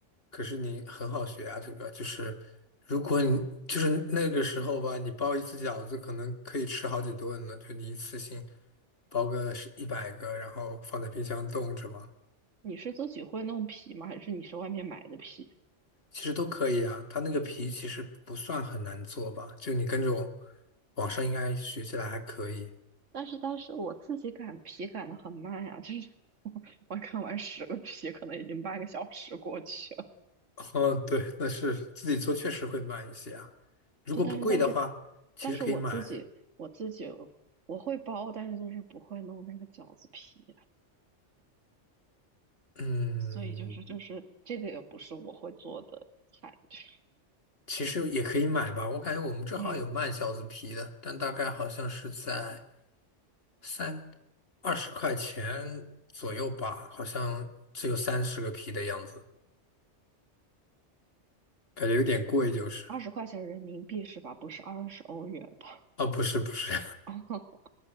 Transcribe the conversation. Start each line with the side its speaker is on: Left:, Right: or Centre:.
Left: 可是你很好学啊，这个就是如果你就是那个时候吧，你包一次饺子可能可以吃好几顿呢，就你一次性包个是一百个，然后放在冰箱冻着嘛，
Right: 你是自己会弄皮吗？还是你是外面买的皮？
Left: 其实都可以啊，它那个皮其实不算很难做吧，就你跟着我，网上应该学起来还可以。
Right: 但是但是我自己擀皮擀的很慢呀，就是 <laughs> 我我擀完十个皮，可能已经半个小时过去了。
Left: 哦，对，那是自己做确实会慢一些啊。
Right: <laughs>
Left: 如果不贵的话，
Right: 对，但是但是
Left: 其实可以买。
Right: 但是我自己我自己我会包，但是就是不会弄那个饺子皮。
Left: 嗯，
Right: 所以就是就是这个也不是我会做的菜，就是
Left: 其实也可以买吧。我感觉我们这好像有卖饺子皮的，
Right: 嗯，
Left: 但大概好像是在三二十块钱左右吧，好像只有三十个皮的样子，感觉有点贵就是。
Right: 二十块钱人民币是吧？不是二十欧元吧？
Left: 哦，不是不是，
Right: <laughs>